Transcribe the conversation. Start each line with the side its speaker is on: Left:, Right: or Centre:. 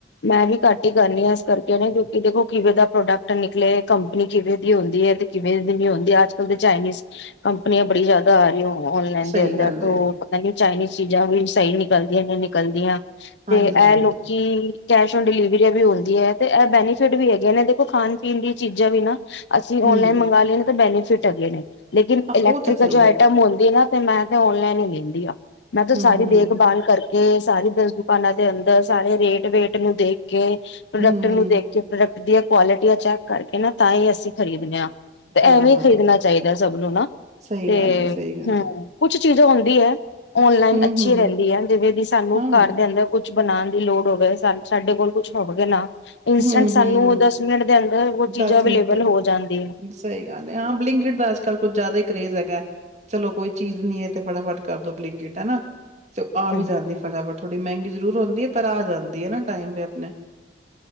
Left: ਮੈਂ ਵੀ ਘੱਟ ਹੀ ਕਰਨੀ ਆ ਇਸ ਕਰਕੇ ਨਾ ਕਿਉਂਕਿ ਦੇਖੋ ਕਿਵੇਂ ਦਾ ਪ੍ਰੋਡਕਟ ਨਿਕਲੇ, ਕੰਪਨੀ ਕਿਵੇਂ ਦੀ ਹੁੰਦੀ ਹੈ, ਤੇ ਕਿਵੇਂ ਦੀ ਨੀ ਹੁੰਦੀ ਹੈ, ਅੱਜ-ਕਲ ਤੇ ਚਾਈਨੀਜ਼ ਕੰਪਨੀਆਂ ਬੜੀ ਜ਼ਿਆਦਾ ਆ ਰਹੀਆਂ। ਔਨਲਾਈਨ
Right: ਸਹੀ
Left: ਦੇ ਅੰਦਰ
Right: ਗੱਲ
Left: ਤੋਂ
Right: ਏ
Left: ਪਤਾ ਨੀ ਚਾਈਨੀਜ਼ ਚੀਜ਼ਾਂ ਵੀ ਸਹੀ ਨਿਕਲਦੀਆਂ ਨੀ ਨਿਕਲਦੀਆਂ।
Right: ਹਾਂਜੀ-ਹਾਂਜੀ
Left: ਤੇ ਇਹ ਲੋਕੀ ਕੈਸ਼ ਆਨ ਡਿਲੀਵਰੀ ਵੀ ਹੁੰਦੀ ਹੈ, ਤੇ ਇਹ ਬੈਨੀਫਿਟ ਵੀ ਹੈਗੇ ਨੇ ਦੇਖੋ ਖਾਣ-ਪੀਣ ਦੀ ਚੀਜ਼ਾਂ ਵੀ ਨਾ ਅਸੀਂ ਔਨਲਾਈਨ
Right: ਹੂੰ
Left: ਮੰਗ ਲਏ ਨੇ ਤੇ ਪਹਿਲੇ ਚਿਟ ਹੈਗੇ ਨੇ ਲੇਕਿਨ
Right: ਹਾਂ
Left: ਇਲੈਕਟ੍ਰਿਕ
Right: ਉਹ ਤਾਂ ਸਹੀ
Left: ਜੋ ਆਈਟਮ
Right: ਏ।
Left: ਹੁੰਦੀ ਨਾ ਤੇ ਮੈਂ ਤੇ ਔਨਲਾਈਨ ਹੀ ਲੈਂਦੀ ਆਾਂ। ਮੈਂ ਤਾਂ
Right: ਹੂੰ,
Left: ਸਾਰੀ ਦੇਖਭਾਲ
Right: ਹੂੰ,
Left: ਕਰਕੇ ਕੇ ਸਾਰੀ ਦ ਦੁਕਾਨਾਂ ਦੇ ਅੰਦਰ ਸਾਰੇ ਰੇਟ-ਵੇਟ। ਏਰਨੂੰ ਦੇਖ ਕੇ ਪ੍ਰੋਡਕਟ
Right: ਹੂੰ,
Left: ਨੂੰ ਦੇਖ ਕੇ ਪ੍ਰੋਡਕਟ ਇਹਦਿਆ ਕੁਆਲਿਟੀਆਂ ਚੈੱਕ ਕਰਕੇ ਨਾ ਤਾਂ ਹੀ ਅਸੀਂ ਖਰੀਦਦੇ ਆ। ਤੇ
Right: ਹਾਂ-ਹਾਂ,
Left: ਐਵੇਂ ਖ਼ਰੀਦਣਾ ਚਾਹੀਦਾ ਹੈ ਸਭਨੂੰ ਨਾ
Right: ਸਹੀ
Left: ਤੇ
Right: ਗੱਲ ਏ, ਸਹੀ ਗੱਲ
Left: ਹੂੰ
Right: ਏ।
Left: ਕੁਛ ਚੀਜ਼ਾਂ ਹੁੰਦੀ ਹੈ। ਓਨਲਾਈਨ
Right: ਹੂੰ,
Left: ਅੱਛੀ
Right: ਹੂੰ,
Left: ਰਹਿੰਦੀ ਹੈ ਜਿਵੇਂ ਦੀ ਸਾਨੂੰ
Right: ਹਾਂ,
Left: ਘਾਰ ਦੇ ਅੰਦਰ ਕੁਛ ਕੁਛ ਬਣਾਉਣ ਦੀ ਲੋੜ ਹੋਵੇ ਸਾਨੂੰ ਸਾਡੇ ਕੋਲ ਕੁਛ ਹੋਵੇਗੇ ਨਾ
Right: ਹੂੰ
Left: ਸਾਨੂੰ
Right: -ਹੂੰ
Left: ਦਸ ਮਿੰਟ ਦੇ ਅੰਦਰ ਉਹ
Right: ਦਸ
Left: ਚੀਜ਼ਾਂ ਅਵੇਲੇਬਲ
Right: ਮਿੰਟ,
Left: ਹੋ ਜਾਂਦੀ
Right: ਸਹੀ ਗੱਲ ਹੈ ਹਾਂ ਬਲਿੰਕਿਟ ਦਾ ਅੱਜ- ਕੱਲ ਕੁੱਝ ਜ਼ਿਆਦਾ ਕ੍ਰੇਜ਼ ਹੈਗਾ। ਚਲੋ, ਕੋਈ ਚੀਜ਼ ਨੀ ਹੈ ਤੇ ਫਟਾਫਟ ਕਰ ਦੋ ਬਲਿੰਕੇਟ ਹੈਨਾ। ਤੇ ਆ ਵੀ
Left: ਹੈ।
Right: ਜਾਂਦੀ ਫਟਾਫਟ। ਥੋੜ੍ਹੀ ਮਹਿੰਗੀ ਜ਼ਰੂਰ ਹੁੰਦੀ ਹੈ ਪਰ ਆ ਜਾਂਦੀ ਹੈ ਨਾ ਟਾਈਮ ਤੇ ਆਪਣੇ।